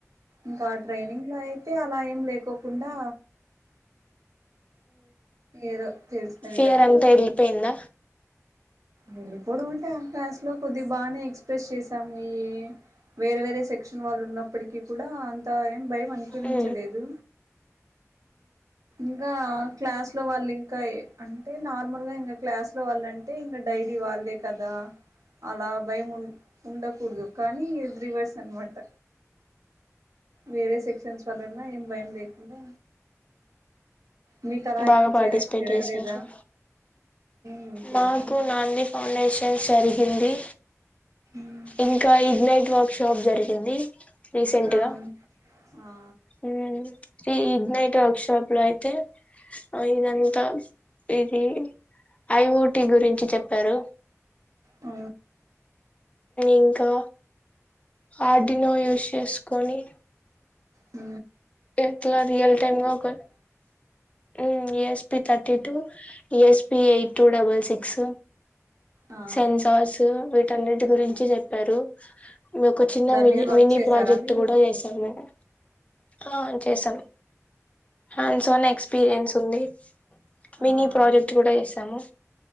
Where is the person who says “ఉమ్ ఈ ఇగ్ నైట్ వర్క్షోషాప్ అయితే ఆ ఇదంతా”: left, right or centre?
Left